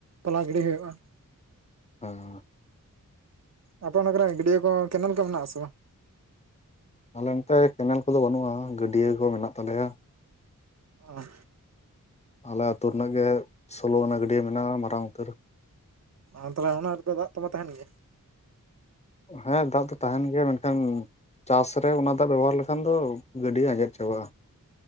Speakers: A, on the right; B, on the left.
A: ᱛᱚᱞᱟ ᱜᱤᱰᱤ ᱦᱩᱭᱩᱜᱼᱟ᱾
B: <unintelligible>
A: ᱟᱯᱮ ᱚᱱᱟ ᱠᱚᱨᱮ ᱜᱟᱹᱰᱤᱭᱟᱹ ᱠᱚ ᱠᱮᱱᱮᱞ ᱠᱚ ᱢᱮᱱᱟᱜ-ᱟ ᱥᱮ ᱵᱟᱝ?
B: ᱟᱞᱮ ᱱᱚᱛᱮ ᱠᱮᱱᱮᱞ ᱠᱚᱫᱚ ᱵᱟᱹᱱᱩᱜ-ᱟ ᱜᱟᱹᱰᱤᱭᱟᱹ ᱠᱚ ᱢᱮᱱᱟᱜ ᱛᱟᱞᱮᱭᱟ᱾
A: ᱚ᱾
B: ᱟᱞᱮ ᱟ. ᱛᱩ ᱨᱮᱱᱟᱜ ᱜᱮ ᱥᱚᱞᱚ ᱟᱱᱟ ᱜᱟᱹᱰᱤᱭᱟᱹ ᱢᱮᱱᱟᱜ-ᱟ ᱢᱟᱨᱟᱝ ᱩᱛᱟᱹᱨ᱾
A: ᱟᱸ ᱛᱚᱵᱮ ᱚᱱᱟ ᱨᱮᱫᱚ ᱫᱟᱜ ᱠᱚᱫᱚ ᱛᱟᱦᱮᱱ ᱜᱮᱭᱟ?
B: ᱦᱮᱸ ᱫᱟᱜ ᱫᱚ ᱛᱟᱦᱮᱱ ᱜᱮᱭᱟ ᱢᱮᱱᱠᱷᱟᱱ ᱪᱟᱥ ᱨᱮ ᱚᱱᱟ ᱫᱟᱜ ᱵᱮᱵᱚᱦᱟᱨ ᱞᱮᱠᱷᱟᱱ ᱫᱚ ᱜᱟᱹᱰᱤᱭᱟᱹ ᱟᱸᱡᱮᱫ ᱪᱟᱵᱟᱜ-ᱟ᱾